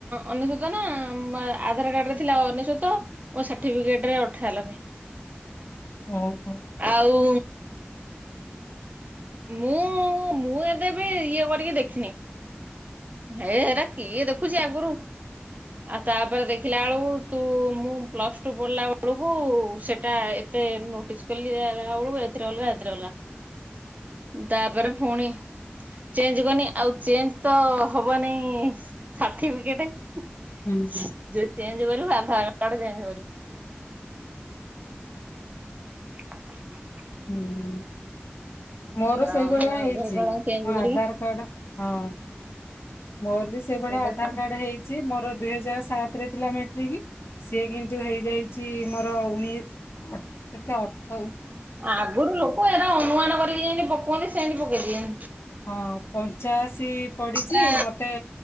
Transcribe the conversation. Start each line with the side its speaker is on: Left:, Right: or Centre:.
Right: ଅନେସତ ନା ମା ଆଧାର କାର୍ଡରେ ଥିଲା ଅନେସତ ମୋ ସାଠିପିକେଟ ରେ ଅ ଅଠନବେ।
Left: ଓହୋ
Right: ଆଉ ମୁଁ ମୁଁ ଏବେବି ଇଏ କରିକି ଦେଖିନି। ହେ ହେରା କିଏ ଦେଖୁଚି ଆଗରୁ। ଆଉ ତାପରେ ଦେଖିଲା ବେଳକୁ ତୁ ମୁଁ ପ୍ଲସ ଟୁ ପଢିଲା ବଳକୁ ସେଟା ଏତେ ନୋଟିସ୍ କଲୀଳା ବେଳକୁ ଏଥିରେ ଅଲଗା ଏଥିରେ ଅଲଗା। ତାପରେ ଫୁଣି ଚେଞ୍ଜ କନି ଆଉ ଚେଞ୍ଜ ତ ହବନି ସାର୍ଟିଫିକେଟେ।
Left: ହୁଁ
Right: ସ ଯେ ଚେଞ୍ଜ କରିବ ଆଧାର କାଢ଼େ ଚେଁଚ କରିବି <inaudible>
Left: ହୁଁ। ମୋର ସେଇଭଳିଆ
Right: ଆଉ ସେ ଆଧାର
Left: ହେଇଚି
Right: କାର୍ଡ
Left: ମୋ
Right: ଚେଞ୍ଜ କରିକି
Left: ଆଧାର କାର୍ଡ ହଁ। ମୋର ବି ସେଇଭଳିଆ
Right: ସେଇଟା
Left: ଆଧାରକାର୍ଡ ହେଇଚି। ମୋ ମୋର ଦୁଇ ହଜାର ସାତରେ ଥିଲା ମେଟ୍ରିକ୍। ସିଏ କିନ୍ତୁ ହେଇଯାଇଚି ମୋର ଉଣେଇ ଅ କେତେ ଅର୍ଥ
Right: ଆଗରୁ ଲୋକ ଏରା ନୁଆଁ ନ କରିକି ଯେମତି ଭକୁଆମି ସେମି ପକେଇ ଦିଏ।
Left: ହଁ ପଞ୍ଚାଅଶି କି ପଡିିଚି
Right: ତା
Left: ମତେ,